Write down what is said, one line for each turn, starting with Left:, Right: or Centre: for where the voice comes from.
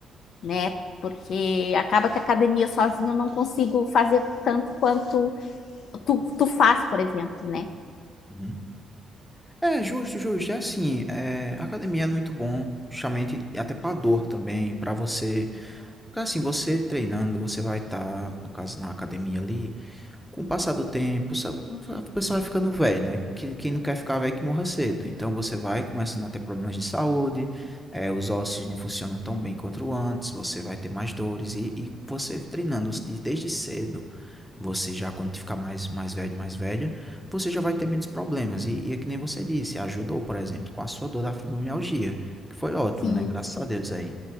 Left: né? Porque acaba que a academia sozinha eu não consigo fazer tanto quanto tu, tu faz, por exemplo, né?
Centre: Uhum. É, justo, justo. É assim, é, a academia é muito bom, justamente até pra dor também, pra você. Porque assim, você treinando, você vai estar, no caso, na academia ali. com o passar do tempo, sabe, a pessoa vai ficando velho, né? Que- Quem não quer ficar velho que morra cedo. Então você vai começando a ter problemas de saúde, eh, os ossos não funcionam tão bem quanto antes, você vai ter mais dores. E, e você treinando de- desde cedo, você já, quando ficar mais, mais velho, mais velha, você já vai ter menos problemas. E, e é que nem você disse, ajudou, por exemplo, com a sua dor da fibromialgia, que foi ótimo,
Left: Sim,
Centre: né? Graças
Left: sim.
Centre: a Deus aí.